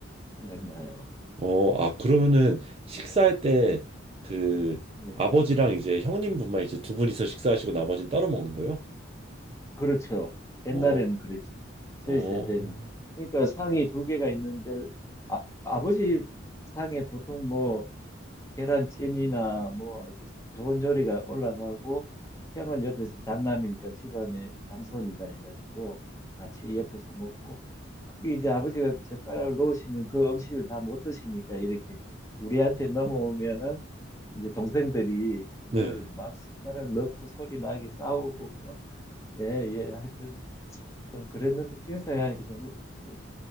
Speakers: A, on the left (about 15°); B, on the right (about 30°).
A: 생각나요.
B: 어, 아 그러면은 식사할 때
A: 음.
B: 그
A: 네,
B: 아버지랑 이제 형님분만 이제 두 분이서 식사하시고 나머지는 따로 먹는 거예요?
A: 그렇죠. 옛날에는
B: 어,
A: 그랬죠. 저희
B: 어.
A: 세대는. 그러니까 상이 두 개가 있는데, 아, 아버지 상에 보통 뭐, 계란찜이나 뭐, 아주 좋은 요리가 올라가고, 형은 옆에서 장남이니까 집안의 장손이다 해가지고, 같이 옆에서 먹고, 그게 이제 아버지가 젓가락을 놓으시면 그 음식을 다 못 드시니까 이렇게 우리한테 넘어오면은, 이제 동생들이 그거를
B: 네.
A: 막 숟가락 넣고 소리 나게 싸우고 뭐, 예, 예, 하여튼 좀 그랬는데 지금 생각하니까 좀, 좀,